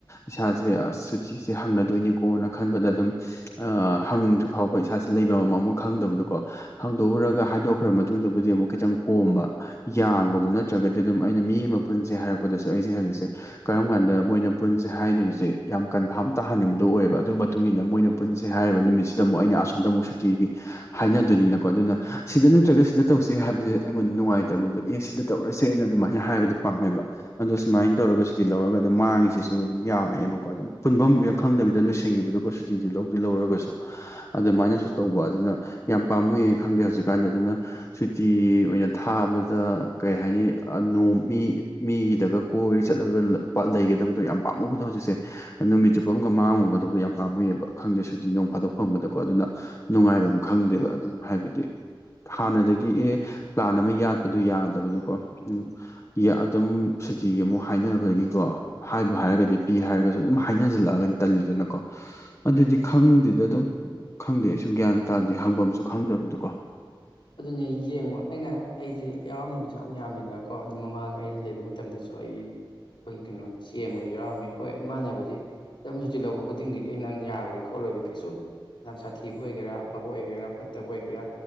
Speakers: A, on the left; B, on the left.
A: ꯏꯁꯥꯁꯦ ꯁꯨꯇꯤꯁꯦ ꯍꯪꯅꯗꯣꯏꯅꯤꯀꯣꯅ ꯈꯟꯕꯗ ꯑꯗꯨꯝ ꯑ ꯍꯪꯗ꯭ꯔꯤ ꯐꯥꯎꯕ ꯏꯁꯥꯁꯦ ꯂꯩꯕ ꯑꯃꯃ ꯈꯪꯗꯕꯗꯣꯀꯣ ꯍꯥꯡꯗꯣꯛꯎꯔꯒ ꯍꯥꯏꯗꯣꯛꯈ꯭ꯔ ꯃꯇꯨꯡꯗꯕꯨꯗꯤ ꯑꯃꯨꯛ ꯈꯤꯇꯪ ꯀꯣꯝꯕ ꯌꯥꯡꯕꯗꯣ ꯅꯠꯇ꯭ꯔꯒꯗꯤ ꯑꯗꯨꯝ ꯑꯩꯅ ꯃꯤ ꯑꯃ ꯄꯨꯟꯁꯦ ꯍꯥꯏꯔꯛꯄꯗꯁꯨ ꯑꯩꯁꯦ ꯍꯧꯖꯤꯛꯁꯦ ꯀꯔꯝ ꯀꯥꯟꯗ ꯃꯣꯏꯅ ꯄꯨꯟꯁꯦ ꯍꯥꯏꯗꯣꯏꯁꯦ ꯌꯥꯝ ꯀꯟꯐꯥꯝ ꯇꯥꯍꯟꯅꯤꯡꯕꯗꯣ ꯑꯣꯏꯕ ꯑꯗꯨꯒꯤ ꯃꯇꯨꯡ ꯏꯟꯅ ꯃꯣꯏꯅ ꯄꯨꯟꯁꯦ ꯍꯥꯏꯔꯤꯕ ꯅꯨꯃꯤꯠꯁꯤ ꯑꯃꯨꯛ ꯑꯩꯅ ꯑꯁꯣꯝꯗ ꯑꯃꯨꯛ ꯁꯨꯇꯤꯒꯤ ꯍꯥꯏꯅꯗꯣꯏꯅꯤꯅꯀꯣ ꯑꯗꯨꯅ ꯁꯤꯗ ꯅꯠꯇ꯭ꯔꯒ ꯁꯤꯗ ꯇꯧꯁꯤ ꯍꯥꯏꯕꯁꯦ ꯑꯩꯉꯣꯟꯗ ꯅꯨꯡꯉꯥꯏꯇ ꯇꯕꯨꯗꯣ ꯑꯦ ꯁꯤꯗ ꯇꯧꯔꯁꯦꯅ ꯑꯗꯨꯃꯥꯏꯅ ꯍꯥꯏꯕꯗꯨꯣ ꯄꯥꯝꯃꯦꯕ ꯑꯗꯣ ꯁꯨꯃꯥꯏꯅ ꯇꯧꯔꯒ ꯁꯨꯇꯤ ꯂꯧꯔꯒ ꯑꯗꯨꯝ ꯃꯥꯡꯉꯤꯁꯤꯁꯨ ꯑꯗꯨꯝ ꯌꯥꯝꯃꯛꯦꯕꯀꯣ ꯑꯗꯨꯝ ꯄꯨꯟꯐꯝ ꯈꯪꯗꯕꯤꯗ ꯂꯣꯏꯁꯤꯟꯈꯤꯕꯗꯣꯀꯣ ꯁꯨꯇꯤꯗꯨ ꯂꯧ ꯑꯗꯨ ꯂꯧꯔꯒꯁꯨ ꯑꯗꯨꯃꯥꯏꯅꯁꯨ ꯇꯧꯕ ꯑꯗꯨꯅ ꯌꯥꯝ ꯄꯥꯝꯃꯨꯌꯦ ꯈꯪꯗꯦ ꯍꯧꯖꯤꯛꯀꯥꯟꯗꯤ ꯑꯗꯨꯅ ꯁꯨꯇꯤ ꯑꯣꯏꯅ ꯊꯥꯕ ꯑꯗ ꯀꯩ ꯍꯥꯏꯅꯤ ꯅꯣꯡ ꯃꯤ ꯃꯤꯒꯤꯗꯒ ꯀꯣꯏꯒ ꯆꯠꯂꯒ ꯂꯩꯒꯗꯕꯗꯣ ꯌꯥꯝ ꯄꯥꯝꯃꯨꯕꯗꯣ ꯍꯧꯖꯤꯛꯁꯦ ꯅꯨꯃꯤꯠ ꯆꯨꯞꯄ ꯑꯃꯒ ꯃꯥꯡꯉꯨꯒꯗꯕꯗꯣ ꯌꯥꯝ ꯄꯥꯝꯃꯨꯑꯕ ꯈꯪꯗꯦ ꯁꯨꯇꯤ ꯅꯨꯡ ꯐꯥꯗꯣꯛ ꯐꯪꯕꯗꯀꯣ ꯑꯗꯨꯅ ꯅꯨꯡꯉꯥꯏꯕ ꯑꯃ ꯈꯪꯗꯦꯕ ꯑꯗꯨꯝ ꯍꯥꯏꯕꯗꯤ ꯍꯥꯟꯅꯗꯒꯤ ꯑꯦ ꯄ꯭ꯂꯥꯟ ꯑꯃ ꯌꯥꯠꯄꯗꯨꯣ ꯌꯥꯗꯕꯗꯨꯣꯀꯣ ꯎꯝ ꯑꯗꯨꯝ ꯁꯨꯇꯤꯒꯤ ꯑꯃꯨꯛ ꯍꯥꯏꯅꯕꯗꯒꯤꯀꯣ ꯍꯥꯏꯕ ꯍꯥꯏꯔꯒꯗꯤ ꯄꯤ ꯍꯥꯏꯔꯒꯁꯨ ꯑꯗꯨꯝ ꯍꯥꯏꯅꯁꯤꯜꯂꯛꯑꯒꯗꯤ ꯇꯜꯂꯤꯗꯅꯀꯣ ꯑꯗꯨꯗꯤ ꯈꯪꯗꯦꯗ ꯑꯗꯨꯝ ꯈꯪꯗꯦ ꯑꯩꯁꯨ ꯒ꯭ꯌꯥꯟ ꯇꯥꯗꯦ ꯍꯥꯡꯐꯝꯝꯁꯨ ꯈꯪꯗꯕꯗꯀꯣ
B: ꯑꯗꯨꯅꯦ ꯌꯦꯡꯉꯣ ꯑꯩꯅ ꯑꯩꯁꯦ ꯌꯥꯎꯔꯝꯃꯤꯕꯗ ꯁ ꯌꯥꯝ ꯌꯥꯝꯃꯤꯗꯅ ꯀꯣ ꯑꯗꯨ ꯃꯃꯥꯡ ꯑꯩꯅ ꯂꯩꯕ ꯃꯇꯝꯗꯁꯨ ꯑꯩꯒꯤ ꯑꯩꯈꯣꯏ ꯀꯩꯅꯣ ꯆꯦꯟꯕꯗ ꯌꯥꯎꯔꯝꯃꯦ ꯍꯣꯏ ꯏ ꯃꯥꯟꯅꯕꯗꯤ ꯗꯔꯝ ꯁꯨꯇꯤ ꯂꯧꯕ ꯈꯨꯗꯤꯡꯒꯤꯗꯤ ꯑꯩ ꯅꯪ ꯌꯥꯔꯣꯏ ꯈꯣꯠꯂꯣꯏ ꯀꯩꯁꯨ ꯂꯝ ꯁꯥꯊꯤꯕ ꯑꯣꯏꯒꯦꯔꯥ ꯑꯐꯕ ꯑꯣꯏꯒꯦꯔꯥ ꯐꯠꯇꯕ ꯑꯣꯏꯒꯦꯔꯥ